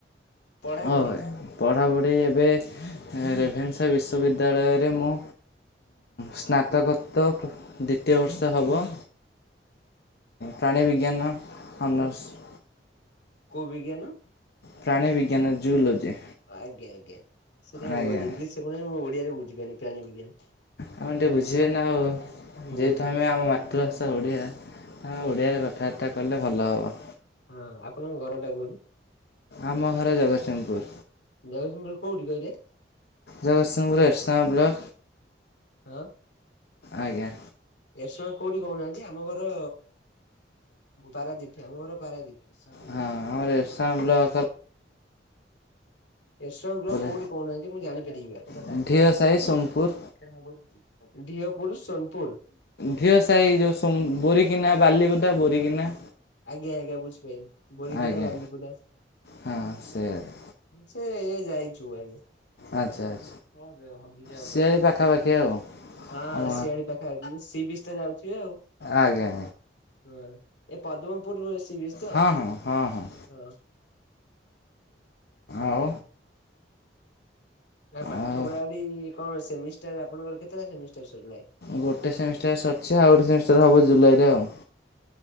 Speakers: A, on the left; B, on the left.
A: ପଢାପଢି
B: ହ ଭାଇ ପଢ଼ାପଢ଼ି ଏବେ ରେଭେନ୍ସା ବିଶ୍ୱବିଦ୍ୟାଳୟରେ ମୁଁ ସ୍ନାତକୋତ୍ ଦ୍ୱିତୀୟ ବର୍ଷ ହବ। ପ୍ରାଣୀ ବିଜ୍ଞାନର ଅନର୍ସ।
A: କଉ ବିିଜ୍ଞାନ?
B: ପ୍ରାଣୀ ବିଜ୍ଞାନ ଜୁଲୋଜି।
A: ଆଜ୍ଞା ଆଜ୍ଞା ସେଇଟା
B: ଆଜ୍ଞା
A: ଉ ଇଂଲିଶ କହୁଛନ୍ତି ମୁଁ ଓଡିଆରେ ବୁଝିପାରିନି ପ୍ରାଣୀ ବିଜ୍ଞାନ।
B: ତମେ ଟିକେ ବୁଝିବେ ନା ହେଉ
A: ହୁଁ
B: ଯେହେତୁ
A: ହୁଁ
B: ଆମେ ଆମ ମାତୃଭାଷା ଓଡ଼ିଆ। ଆମେ ଓଡ଼ିଆରେ କଥାବାର୍ତ୍ତା କଲେ ଭଲ ହେବ।
A: ହଁ ଆପଣଙ୍କ ଘରଟା କଉଠି?
B: ଆମ ଘର ଜଗତସିଂହପୁର।
A: ଜଗତସିଂହପୁର କୋଉଠି କହିଲେ?
B: ଜଗତସିଂପୁର ଏର୍ସାଙ୍ଗେ ବ୍ଲ
A: ହଁ।
B: ଆଜ୍ଞା।
A: ଏରସାଂଙ୍ଗ କୋଉଠି କହୁନାହାନ୍ତି ଆମ ଘର ପାରାଦୀପ ଆମ ଘର ପାରାଦୀପ। <inaudible>
B: ହଁ <inaudible>
A: ଏରସାଂ ବ୍ଲକ
B: ଉପରେ
A: କହୁଠି କହୁନାହାନ୍ତି ମୁଁ ଜାଣିପାରିବି
B: ଢିଅ ସାହି ସୋନପୁର
A: ବା। ଦିଅପୁର ସୋନପୁର।
B: ଢିଅ ସାହି ଯୋଉ ସୋନ୍ ବୋରିକିନା ବାଲିକୁଟା ବୋରିକିନା।
A: ଆଜ୍ଞା ଆଜ୍ଞା ବୁଝିପାରିଲି ବରିକିନା
B: ଆଜ୍ଞା
A: ବାଲିିପଦାଶ୍।
B: ହଁ ସେଆଡ଼େ
A: ସେ ଏରିଆ ଯାଇଛୁ ଭାଇ।
B: ଆଚ୍ଛା ଆଚ୍ଛା
A: ହଁ ହଗିଯା ଗୋଟେ
B: ସିଆଡ଼େ
A: ସେ
B: ପାଖାପାଖି ଆଉ
A: ହଁ
B: ଆମ
A: ଶିଆଳି ପାଖା ପାଖି। ମାନେ ସି ବିଚ ଟା ଯାଉଛିି ଆଉ।
B: ଆଜ୍ଞା।
A: ହୁଁ। ପଦମପୂର୍ ର ସି ବିଚ୍।
B: ହଁ ହଁ ହଁ ହଁ।
A: ହଁ।
B: ଆଉ।
A: ଆ ପାଠ
B: ଆଉ
A: ପଡା ପଡି କଣ ସେମିଷ୍ଟାର ଆ ପଣଙ୍କ ର କେତେଟା ସେମିଷ୍ଟାର ସାରିଲାଣି।
B: ଗୋଟେ ସେମିଷ୍ଟାର ସରିଛି ଆଉ ଗୋଟେ ସେମିଷ୍ଟାର ହେବ ଜୁଲାଇରେ ଆଉ।